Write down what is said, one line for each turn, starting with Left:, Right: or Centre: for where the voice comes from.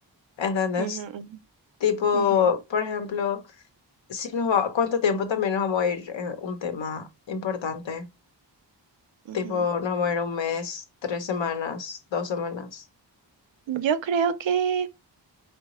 Left: ¿entendés?
Right: Ujú,
Left: Tipo,
Right: ujú,
Left: por ejemplo, si nos va, ¿cuánto tiempo también nos vamos a ir? eh, un tema importante.
Right: ujú,
Left: Tipo,
Right: ujú.
Left: nos vamos a ir un mes, tres semanas, dos semanas.
Right: Yo creo que,